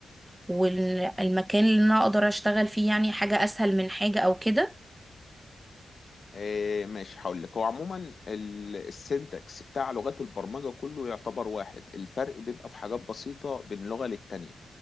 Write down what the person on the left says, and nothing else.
آه ماشي هقول لك هو عموما ال- السنتكس بتاع لغات البرمجة كله يعتبر واحد الفرق بيبقى في حاجات بسيطة بين لغة للتانية